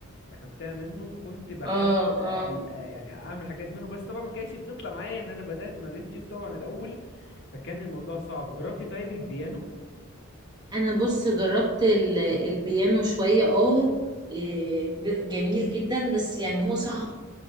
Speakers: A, on the left; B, on the right.
A: اخدتها منه وكنت بحاول
B: اه
A: أقل...
B: اه
A: أ- يعني اعمل حاجات منه بس طبعا ما كانتش بتطلع معايا ان انا بدأت مع اليوتيوب طبعا الاول فكان الموضوع صعب جربتي طيب البيانو
B: انا بص جربت ال- البيانو شويه اه إيه، ج- جميل جدا بس يعني هو صعب